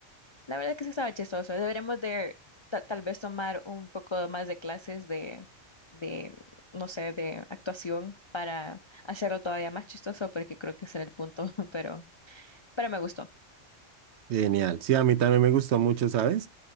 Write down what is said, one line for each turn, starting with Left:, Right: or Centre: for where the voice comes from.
Left: la verdad que sí estaba chistoso. Deberíamos de ta- tal vez tomar un poco más de clases de, de, no sé, de actuación para hacerlo todavía más chistoso, porque creo que ese era el punto, <laughs> pero, pero me gustó.
Right: Genial. Sí, a mí también me gustó mucho, ¿sabes?